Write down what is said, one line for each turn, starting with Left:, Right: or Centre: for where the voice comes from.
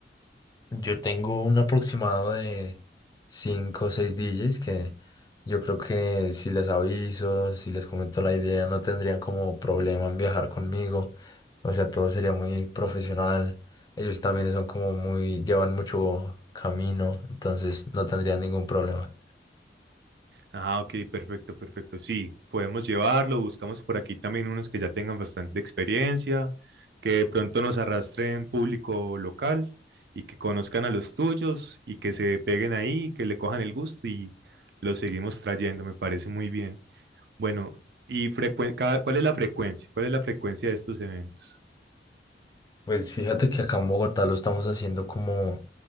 Left: Yo tengo un aproximado de 5 o 6 DJs que yo creo que si les aviso, si les comento la idea, no tendrían como problema en viajar conmigo. O sea, todo sería muy profesional. Ellos también son como muy, llevan mucho camino, entonces no tendrían ningún problema.
Right: Ah, ok, perfecto, perfecto. Sí, podemos llevarlo, buscamos por aquí también unos que ya tengan bastante experiencia, que de pronto nos arrastren público local y que conozcan a los tuyos y que se peguen ahí, que le cojan el gusto y los seguimos trayendo, me parece muy bien. Bueno, y frecuen- cada- ¿cuál es la frecuencia? ¿Cuál es la frecuencia de estos eventos?
Left: Pues fíjate que acá en Bogotá lo estamos haciendo como,